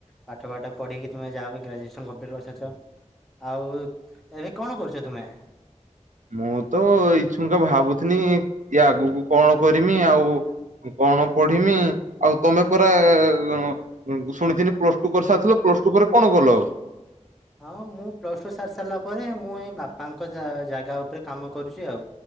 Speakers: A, in the centre; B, on the right.
A: ପାଠ ପାଠ ପଢ଼ିକି ତୁ ମେ ଯାହା ବି ଗ୍ରାଜୁଏସନ୍ କଂପ୍ଲିଟ୍ କରିସାରଛ। ଆଉ ଏବେ କଣ କରୁଛ ତୁମେ?
B: ମୁଁ ତ ଇଛୁଙ୍କ ଭାବୁଥିନି ଇ ଆଗକୁ କଣ କରିମି ଆଉ କଣ ପଢିମି ଆଉ ତମେ ପରା ଶୁଣିଥିଲି ପ୍ଲସ ଟୁ କରିସାରିଥିଲ ପ୍ଲସ ଟୁ ପରେ କଣ ଗଲ ଆଉ?
A: ହଁ ମୁଁ ପ୍ଲସ୍ ଟୁ ସାରି ସାରିଲା ପରେ ମୁଁ ଏ ବାପାଙ୍କ ଜା ଜାଗା ଉପରେ କାମ କରୁଛି ଆଉ।